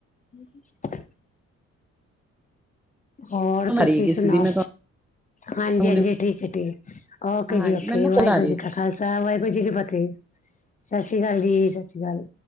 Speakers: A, on the left (about 25°); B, in the centre.
A: <inaudible> ਹੋਰ
B: ਆ
A: ਤੁਸੀਂ
B: ਰਹੀ ਕਿਸੇ
A: ਸੁਣਾਓ।
B: ਦੀ ਮੈਂ
A: ਹਾਂਜੀ-ਹਾਂਜੀ
B: ਤੁਹਾਨੂੰ
A: ਠੀਕ ਏ ਠੀਕ ਓਕੇ
B: ਹਾਂਜੀ
A: ਜੀ-ਓਕੇ
B: ਮੈਨੂੰ ਕੋਲ
A: ਵਾਹਿਗੁਰੂ
B: ਆ ਰਹੀ
A: ਜੀ ਕਾ ਖਾਲਸਾ ਵਾਹਿਗੁਰੂ ਜੀ ਕੀ ਫਤਿਹ। ਸਤਿ ਸ਼੍ਰੀ ਅਕਾਲ ਜੀ -ਸਤਿ ਸ਼੍ਰੀ ਅਕਾਲ।